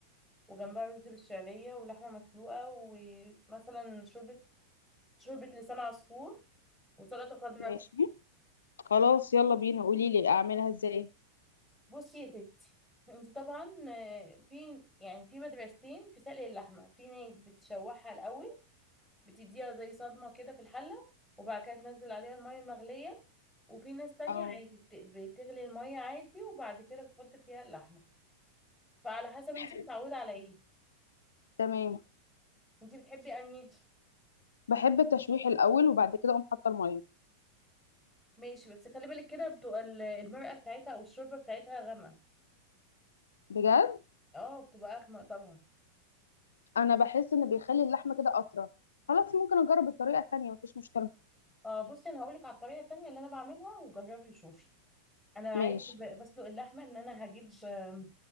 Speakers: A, in the centre; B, on the left.
A: وجنبها رز بالشعرية ولحمة مسلوقة ومثلا شوربة شوربة لسان عصفور وسلطة خضراء
B: ماشي خلاص يلا بينا قولي لي اعملها ازاي
A: بصي يا ستي انت طبعا آه، في يعني في مدرستين في سلق اللحمة في ناس بتشوحها الأول بتديها زي صدمة كده في الحلة وبعد كده تنزل عليها المية المغلية وفي ناس تانية
B: اه
A: عادي بت- بتغلي المية عادي وبعد كده بتحط فيها اللحمة فعلى حسب انت
B: حلو
A: متعودة على ايه
B: تمام
A: انت بتحبي انهي
B: بحب التشويح الاول وبعد كده اقوم حاطه الميه
A: ماشي بس خلي بالك كده بتبقى ال- المرقة بتاعتها او الشوربة بتاعتها غامقة
B: بجد
A: اه بتبقى اغمق طبعا
B: انا بحس ان بيخلي اللحمه كده اطرى خلاص ممكن اجرب الطريقه التانية مفيش مشكله
A: اه بصي انا هقولك على الطريقة التانية اللي انا بعملها وجربي وشوفي انا
B: ماشي
A: عادي ب- بسلق اللحمة ان انا هجيب آم،